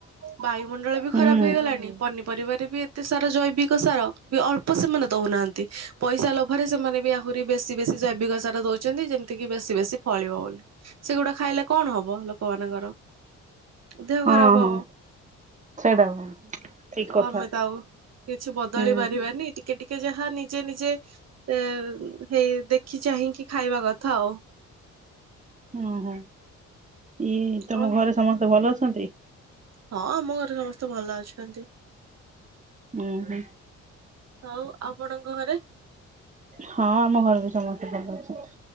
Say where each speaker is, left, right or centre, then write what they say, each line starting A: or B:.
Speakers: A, on the right (about 60°); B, on the right (about 25°).
A: ବାୟୁମଣ୍ଡଳ ବି
B: ହୁଁ
A: ଖରାପ ହେଇଗଲାଣିି। ପନି ପରିପରିବା ରେ ବି ଏତେ ସାରା ଜୈବିକ ସାର ବି ଅଳ୍ପ ସେମାନେ ଦଉନାହାନ୍ତି। ପଇସା ଲୋଭରେ ସେମାନେ ବି ଆ ଆହୁରି ବେଶୀ ବେଶୀ ଜୈବିକ ସାର ଦଉଛନ୍ତି। ଯେମିତି କିି ବେଶୀ ବେଶୀ ଫଳିବ ବୋଲି। ସେଗୁଡା ଖାଇଲେ କଣ ହବ ଲୋକମାନାନଙ୍କର? ଦେହ
B: ହଁ
A: ଖରାପ
B: ହଁ।
A: ହବ।
B: ସେଇଟା କୁ ଠିକ
A: ଆଉ
B: କଥା
A: ଆମେ ତ ଆଉ କିଛି ବଦଳି
B: ହୁଁ
A: ପାରିବାନି। ଟିକେ ଟିକେ ଟିକେ ଯାହା ନିଜେ ନିଜେ ଏ ହେଇ ଦେଖି ଚାହିଁକି ଖାଇବା କଥା ଆଉ।
B: ଓହୋ ଇଏ, ତମ
A: ଆଉ
B: ଘରେ ସମସ୍ତେ ଭଲ ଅଛନ୍ତି?
A: ହଁ ଆମ ଘରେ ସମସ୍ତେ ଭଲ ଅଛନ୍ତି।
B: ଉଁ ହୁଁ
A: ଆଉ ଆପଣଙ୍କ ଘରେ
B: ହଁ, ଆମ ଘର ବି ସମସ୍ତେ ଭଲ ଅଛନ୍ତି।